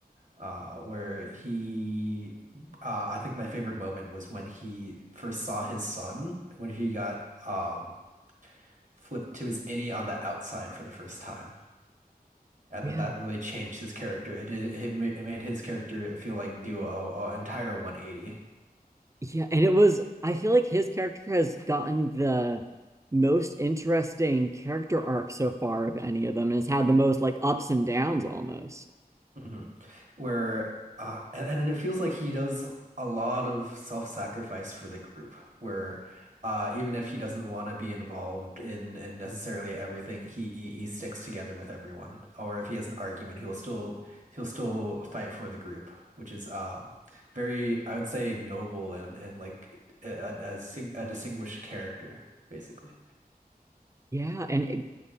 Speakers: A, on the right; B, on the right.
A: uh, where he, uh, I think my favorite moment was when he first saw his son, when he got um flipped to his innie on the outside for the first time. And
B: Yeah.
A: then that really changed his character. It did, it ma- it made his character feel like do a, a entire 180.
B: Yeah, and it was, I feel like his character has gotten the most interesting character arc so far of any of them and has had the most like ups and downs almost.
A: hmm Where uh, and, and it feels like he does a lot of self-sacrifice for the group, where uh, even if he doesn't want to be involved in in necessarily everything, he he sticks together with everyone. Or if he has an argument, he will still he'll still fight for the group, which is um very I would say noble and and like a, a, a sing- a distinguished character basically.
B: Yeah, and it,